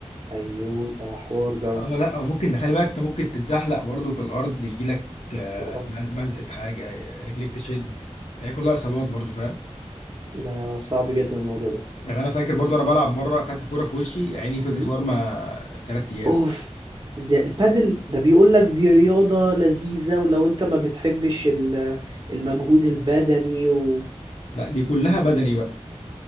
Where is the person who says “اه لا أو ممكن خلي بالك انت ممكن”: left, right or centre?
Left